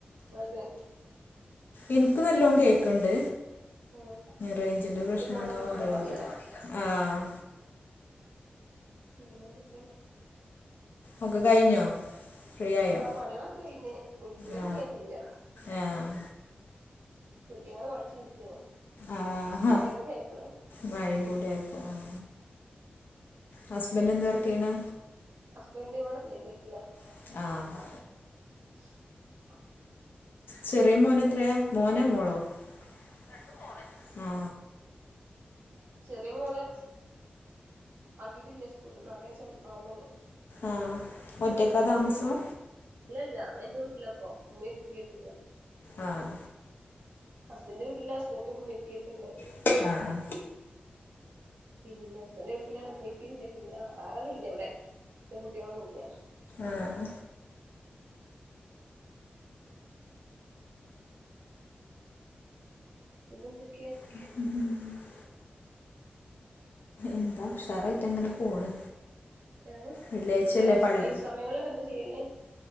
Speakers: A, on the right (about 75°); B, on the left (about 65°).
A: വൽത്
B: എനിക്ക് നല്ലോണം കേൾക്കണ്ട്,
A: ഉം
B: റേഞ്ചിന്റെ
A: നിന്റെ
B: പ്രശ്‌നാണോന്
A: ഫോണിന്റെ പ്രശ്നാണോ
B: അറിയൂല്ല.
A: അറിയില്ല
B: ആഹ്
A: പിന്നെന്തൊക്കെയാ?
B: ഒക്കെ കഴിഞ്ഞോ? ഫ്രീ ആയോ
A: ആഹ് പണികളൊക്കെ കഴിഞ്ഞ് കുളികുളിയൊന്നും
B: ആ
A: കഴിഞ്ഞിട്ടില്ല.
B: ആ
A: കുളിക്കാൻ അങ്ങനെ മടിച്ചു നിൽക്കാണ്
B: ആ
A: മഴയും കൂടി ആയപ്പോളെ
B: മഴയും കൂടെ ആയപ്പോ ആ ഹസ്ബൻഡ് എന്താ വർക്ക് ചെയ്യണേ?
A: ഹസ്‌ബൻ്റ് ഇവിടില്ല ഗൾഫില.
B: ആഹ്
A: <inaudible>
B: ചെറിയ മോൻ എത്രയാ മോനാ മോളോ? രണ്ടും മോൾ തന്നെയാ.
A: ചെറിയ മോളെ ആക്കിയിട്ടില്ല സ്കൂളിൽ, നാല് വയസ്സ് ആവണേള്ളൂ.
B: ആഹ് ഒറ്റയ്ക്കാ താമസം?
A: ഇല്ല ഇല്ല എന്റെ വീട്ടിലാ ഇപ്പോ <inaudible>
B: ആഹ്
A: ഹസ്ബൻഡെ വീട്ടിലാ ഹസ്ബൻഡും എത്തിയിട്ടുണ്ട്.
B: ആഹ് ആഹ്
A: പിന്നെ ഹസ്ബന്റ് ഗൾഫിലാണ് ഉമ്മിപ്പിംണ്ട് പിന്നെ വേറാരുല്ല്യാവ്ടെ <unintelligible> കുട്ടികളൊന്നും ല്ല്യ
B: ആഹ്
A: പിന്നെന്തൊക്കെയ?
B: <inaudible> എന്താ ഉഷാറായിട്ട് അങ്ങനെ പോണ്.
A: ആഹ്
B: വെള്ളിയാഴ്ചയല്ലേ
A: പിന്നെ
B: പള്ളി
A: സമയങ്ങളിലൊക്കെ എന്താ ചെയ്യല്ലേ